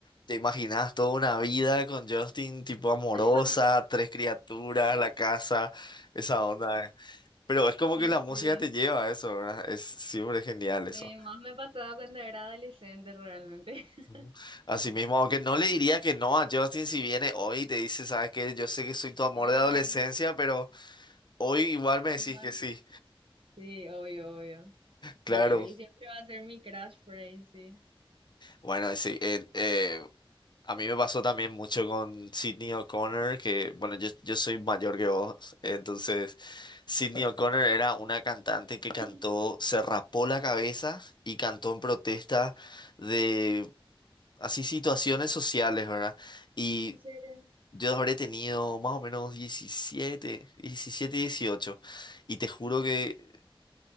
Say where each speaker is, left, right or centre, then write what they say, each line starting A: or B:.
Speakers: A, on the left (about 50°); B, on the right (about 70°).
A: te imaginas toda una vida con Justin tipo amorosa,
B: <laughs>
A: tres criaturas, la casa, esa onda. eh. Pero es como que
B: Y
A: la música
B: sí,
A: te lleva a eso, ¿verdad? Es siempre genial eso.
B: sí, más me pasaba cuando era adolescente realmente. <laughs>
A: Ujú. Así mismo, aunque no le diría que no a Justin si viene hoy y te dice, ¿sabes qué? Yo sé que soy tu amor
B: Oh,
A: de adolescencia, pero hoy igual me decís
B: Más.
A: que sí.
B: Sí, obvio, obvio.
A: Claro.
B: Sí, él siempre va a ser mi crush por ahí, sí.
A: Bueno, sí, eh, eh, a mí me pasó también mucho con Sydney O'Connor, que bueno, yo, yo soy mayor que vos, entonces Sydney O'Connor era una cantante que cantó,
B: <laughs>
A: se rapó la cabeza y cantó en protesta de así situaciones sociales, ¿verdad? Y
B: ¿en serio?
A: yo habré tenido más o menos diecisiete diecisiete 18 y te juro que